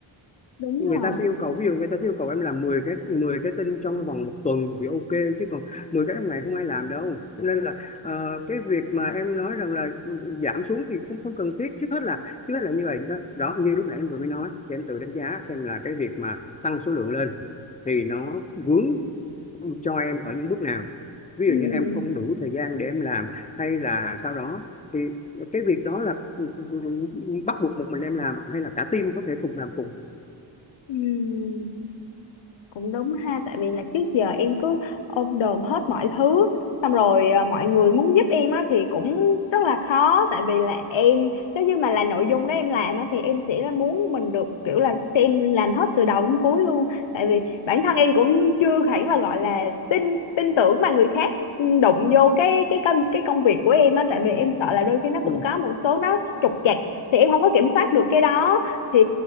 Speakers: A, on the left; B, on the left.
A: đúng
B: người
A: rồi
B: ta sẽ yêu cầu ví dụ người ta sẽ yêu cầu em làm 10 cái 10 cái tin trong vòng một tuần thì ok chứ còn 10 cái trong ngày không ai làm đâu Cho nên là ờ, cái việc mà em nói rằng là ừ, ừ, giảm xuống thì cũng không cần thiết trước hết là trước hết là như vậy đó đó như lúc nãy em vừa mới nói thì em tự đánh giá xem là cái việc mà tăng số lượng lên thì nó vướng cho em ở những bước nào ví
A: ừ
B: dụ như em không đủ thời gian để em làm hay là sau đó thì cái việc đó là ừ, ừ, bắt buộc một mình em làm hay là cả team có thể cùng làm cùng
A: ừ cũng đúng ha tại vì là trước giờ em cứ ôm đồm hết mọi thứ xong rồi à, mọi người muốn giúp em á thì cũng rất là khó tại vì là em nếu như mà là nội dung đó em làm á thì em sẽ là muốn mình được kiểu là xem làm hết từ đầu đến cuối luôn tại vì bản thân em cũng chưa hẳn là gọi là tin tin tưởng mà người khác ừ, đụng vô cái cái công cái công việc của em á tại vì em sợ là đôi khi nó
B: ừ,
A: cũng có một số nó trục trặc thì em không có kiểm soát được cái đó thì